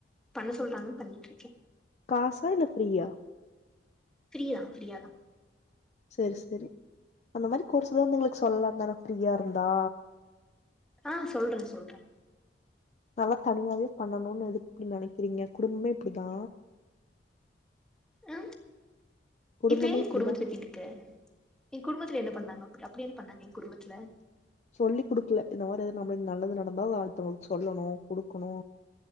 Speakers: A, in the centre; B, on the left.
A: பண்ண சொல்றாங்க பண்ணிடிர்க்கே
B: காசா இல்ல ஃப்ரியா
A: ஃப்ரீதா ஃப்ரியா தா
B: செர் செரி அந்த மாரி கோர்ஸ் எதா இர்ந்தா எங்களுக்கு சொல்லாந்தானா ஃப்ரீயாருந்தா
A: ஆ சொல்ற சொல்ற
B: நல்ல தனியாவே பண்ணணோன் எதுக் நெனைக்கிறீங்க குடும்பம்மே இப்டித்தா
A: அ
B: குடும்பமே
A: இப்ப ஏ
B: இப்டிதா
A: குடும்பத் பத்தி இழுக்குற எகுடும்பத்ல என்ன பண்ணாங்க அப்புடி அப்டி என்ன பண்ணாங்க எகுடும்பத்ல
B: சொல்லி் குடுக்ல இந்த மாரி ஏத நம்முலுக் நல்லது நடந்தா அத அடுத்தவங்களுக்சொல்லணு குடுக்கணு